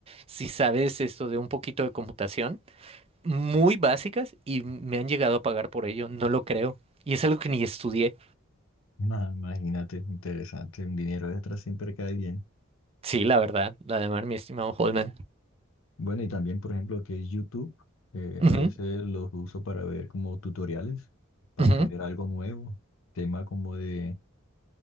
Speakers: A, on the right; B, on the left.
A: si sabes esto de un poquito de computación muy básicas y me han llegado a pagar por ello, no lo creo. Y es algo que ni estudié.
B: Ah, imagínate, interesante, un dinero extra siempre cae bien.
A: Sí, la verdad, la de mar, mi estimado Holman.
B: Bueno, y también, por ejemplo, que es YouTube, eh,
A: Ujú,
B: a veces los uso para ver como tutoriales, para
A: ujú,
B: aprender algo nuevo, tema como de...